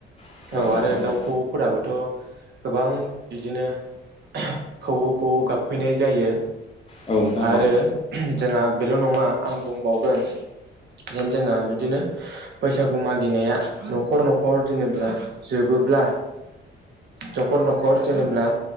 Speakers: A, on the left (about 30°); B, on the right (about 60°).
A: औ
B: दाव
A: नोंथां
B: आरो
A: औ
B: दाउ खौवौफोराबो थ' गोबां बिदिनो <unintelligible> खौवौ खौवौ गाबफैनाय जायो
A: औ नोंथां
B: आरो
A: औ
B: जोंहा बेल' नङा आं बुंबावगोन जेन जोंहा बिदिनो बैसागु मागिनाया न'खर न'खर जेनेब्ला जोबो ब्ला नखर नखर जेनेबा